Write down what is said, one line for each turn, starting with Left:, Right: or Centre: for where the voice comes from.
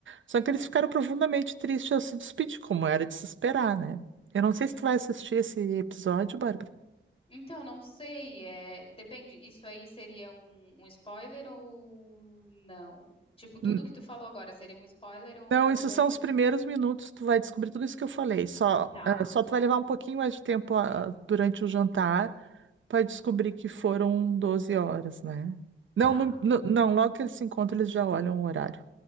Right: Só
Left: uhum,
Right: que eles ficaram profundamente tristes ao se despedir, como era de se esperar, né? Eu não sei
Left: uhum.
Right: se tu vai assistir esse episódio, Bárbara.
Left: Então, não sei, é, depende, isso aí seria um, um spoiler ou não? Tipo, tudo
Right: N-
Left: que tu falou agora seria um spoiler ou
Right: Não,
Left: eu
Right: isso são
Left: ainda...
Right: os primeiros minutos, tu vai descobrir tudo isso que eu falei. Só,
Left: Tá,
Right: ah, só tu vai levar um pouquinho mais de tempo, ah, durante o jantar para descobrir que foram 12 horas, né? Não,
Left: tá,
Right: no- no-
Left: uhum,
Right: não, logo que eles se encontram, eles já olham o horário.